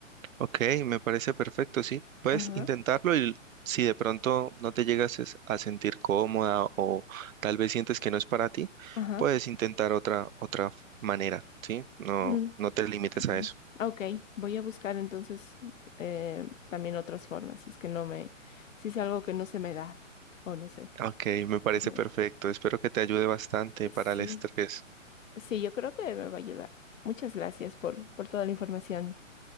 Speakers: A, on the right (about 85°); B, on the left (about 75°).
A: Ok, me parece perfecto, sí. Puedes
B: Ajá,
A: intentarlo y si de pronto no te llegas es- a sentir cómoda o tal vez sientes que no es para ti,
B: ajá.
A: puedes intentar otra otra f- manera, ¿sí? No,
B: Mm,
A: no te limites
B: <clears throat>
A: a eso.
B: Ok, voy a buscar entonces eh, también otras formas, si es que no me, si es algo que no se me da, o no sé.
A: Ok, me
B: <laughs>
A: parece
B: Ujú.
A: perfecto. Espero que te ayude bastante para
B: Sí,
A: el estrés.
B: sí, yo creo que me va a ayudar. Muchas gracias por, por toda la información.